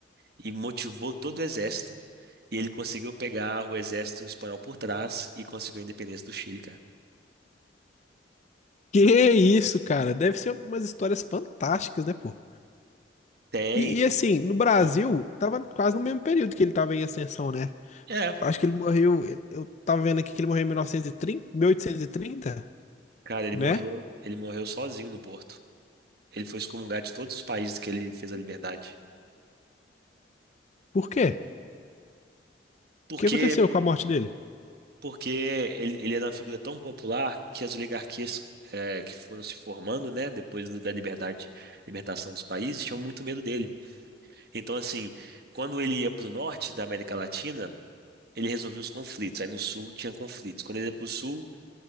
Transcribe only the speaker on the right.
e motivou todo o exército. E ele conseguiu pegar o exército espanhol por trás e conseguiu a independência do Chile, cara.
Tem.
É.
É.
Cara, ele
morreu, ele morreu sozinho no Porto. Ele foi excomungado de todos os países que ele fez a liberdade.
Porque,
porque ele, ele era uma figura tão popular que as oligarquias é, que foram se formando, né, depois do- da liberdade, libertação dos países, tinham muito medo dele. Então, assim, quando ele ia para o norte da América Latina ele resolvia os conflitos. Aí no sul tinha conflitos. Quando ele ia pro sul,